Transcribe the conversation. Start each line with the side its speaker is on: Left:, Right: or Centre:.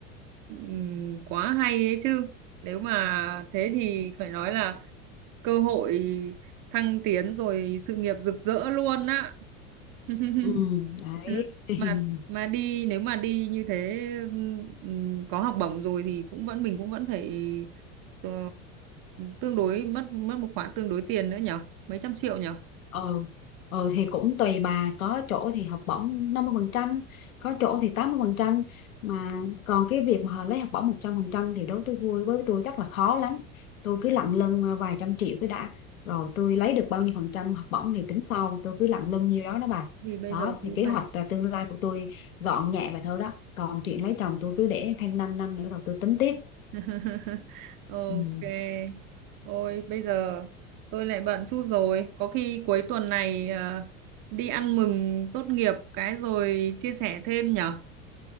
Right: Ừm, quá hay ấy chứ nếu mà thế thì phải nói là cơ hội thăng tiến rồi sự nghiệp rực rỡ luôn á <laughs>
Left: ừ đấy
Right: Ừ,
Left: <laughs>
Right: mà mà đi nếu mà đi như thế ừm, có học bổng rồi thì cũng vẫn mình cũng vẫn phải ờ, tương đối mất mất một khoản tương đối tiền nữa nhở mấy trăm triệu nhở
Left: ừ ừ thì cũng tùy bà có chỗ thì học bổng năm mươi phần trăm có chỗ thì 80% mà còn cái việc mà họ lấy học bổng 100% thì đối với tôi vui, với tôi chắc là khó lắm tôi cứ lận lưng ờ, vài trăm triệu cái đã rồi tôi lấy được bao nhiêu phần trăm học bổng thì tính sau tôi cứ lận lưng nhiêu đó đó bà
Right: thì bây
Left: đó
Right: giờ cũng
Left: thì kế
Right: phải
Left: hoạch à, tương lai của tôi gọn nhẹ vậy thôi đó còn chuyện lấy chồng tôi cứ để thêm 5 năm nữa rồi tôi tính tiếp
Right: <laughs> Ok.
Left: ừ.
Right: Ôi bây giờ tôi lại bận chút rồi. Có khi cuối tuần này ờ, đi ăn mừng tốt nghiệp cái rồi chia sẻ thêm nhở.